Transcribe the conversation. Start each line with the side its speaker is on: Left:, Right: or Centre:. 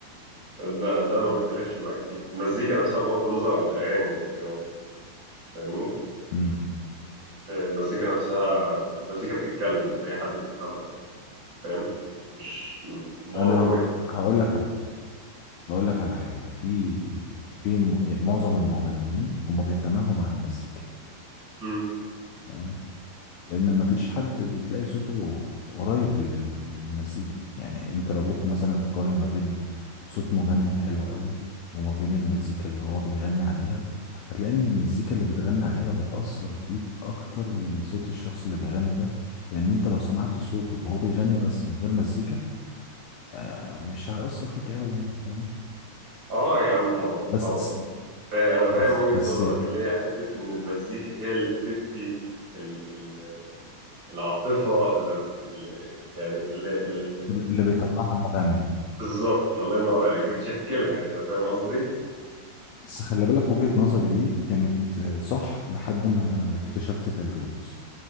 Right: ده ده انا ما اختلفش معاك فيه المزيكا نفسها بغض النظر عن الاغاني يعني كمان فاهمني
Left: امم
Right: المزيكا نفسها المزيكا بتتكلم اي حد بيفهمها فاهم مش الموضوع
Left: انا
Right: ما
Left: ه-
Right: بيح...
Left: هقول لك على هقول لك على حاجه في في م- معظم المغنيين هم بيتماهوا مع المزيكا
Right: مم.
Left: تمام لان مفيش حد بتلاقي صوته قريب لل- للمزيكا يعني انت لو جبت مثلا تقارن ما بين صوت مغني حلو قوي وما بين المزيكا اللي هو بيغني عليها هتلاقي ان المزيكا اللي بتغني عليها بتأثر فيك اكتر من صوت الشخص اللي بيغني ده لان انت لو سمعت صوته وهو بيغني بس من غير مزيكا آه، مش هيأثر فيك قوي يعني فاهم
Right: اه يا عم طبعا
Left: بس
Right: طبعا فا- أنا فاهم
Left: بس
Right: وجهة
Left: بس
Right: نظرك اللي هي حتة إن المزيكا هي اللي بتدي ال- ال- العاطفة اللي بت... اللي يعني اللي... اللي...
Left: اللي بيطلعها المغني
Right: بالظبط الله ينور عليك بتشكلها كده فاهم قصدي؟
Left: بس خلي بالك وجهة نظري دي كانت آه، صح لحد ما اكتشفت فيروز